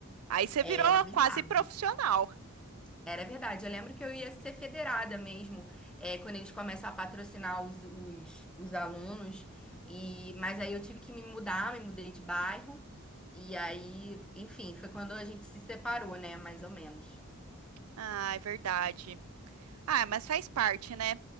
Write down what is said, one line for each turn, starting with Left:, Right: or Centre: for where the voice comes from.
Right: Aí você
Centre: Era
Right: virou
Centre: verdade.
Right: quase profissional.
Centre: Era verdade. Eu lembro que eu ia ser federada mesmo, é, quando eles começam a patrocinar os, os, os alunos. E, mas aí eu tive que me mudar, me mudei de bairro. E aí, enfim, foi quando a gente se separou, né? Mais ou menos.
Right: Ah, é verdade. Ah, mas faz parte, né?